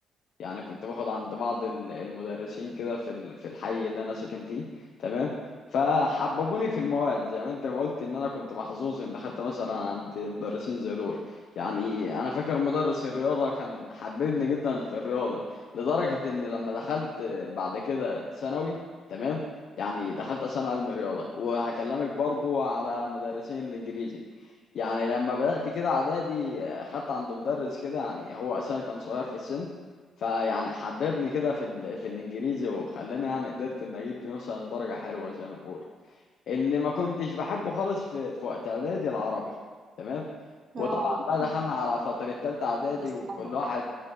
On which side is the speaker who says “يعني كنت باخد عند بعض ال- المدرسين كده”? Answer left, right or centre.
Left